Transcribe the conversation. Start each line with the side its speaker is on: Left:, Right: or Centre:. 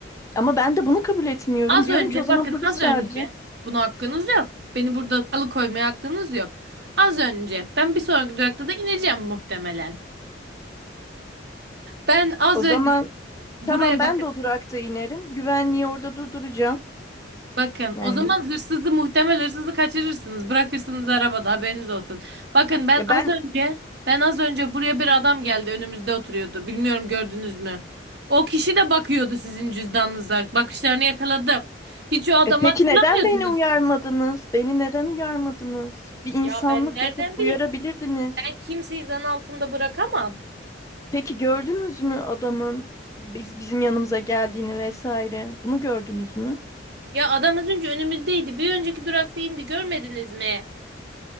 Left: Ama ben de bunu kabul etmiyorum.
Right: Az
Left: Diyorum
Right: önce
Left: ki o zaman
Right: bakın
Left: polis
Right: az
Left: çağıracağım.
Right: önce buna hakkınız yok. Beni burada alıkoymaya hakkınız yok. Az önce ben bir sonraki durakta da ineceğim muhtemelen. Ben az
Left: O zaman
Right: önce buraya
Left: tamam ben
Right: bakın.
Left: de o durakta inerim. Güvenliği orada durduracağım.
Right: Bakın
Left: Yani
Right: o zaman hırsızı muhtemel hırsızı kaçırırsınız. Bırakırsınız arabada haberiniz olsun. Bakın ben
Left: ya
Right: az
Left: ben
Right: önce ben az önce buraya bir adam geldi önümüzde oturuyordu. Bilmiyorum gördünüz mü? O kişi de bakıyordu sizin cüzdanınıza. Bakışlarını yakaladım. Hiç o adamı
Left: E peki
Right: hatırlamıyorsunuz.
Left: neden beni uyarmadınız? Beni neden uyarmadınız? Bir insanlık
Right: Ya ben nereden
Left: yapıp uyarabilirdiniz.
Right: bileyim? Ben kimseyi zan altında bırakamam.
Left: Peki gördünüz mü adamın biz bizim yanımıza geldiğini vesaire? Bunu gördünüz mü?
Right: Ya adam az önce önümüzdeydi. Bir önceki durakta indi. Görmediniz mi?